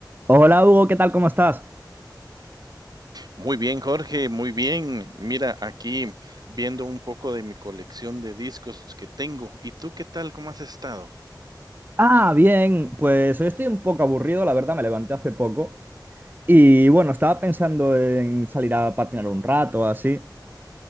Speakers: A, on the right; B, on the right.
A: Hola Hugo, ¿qué tal? ¿Cómo estás?
B: Muy bien, Jorge, muy bien. Mira, aquí viendo un poco de mi colección de discos que tengo. ¿Y tú qué tal? ¿Cómo has estado?
A: Ah, bien, pues hoy estoy un poco aburrido, la verdad, me levanté hace poco. Y bueno, estaba pensando en salir a patinar un rato, o así.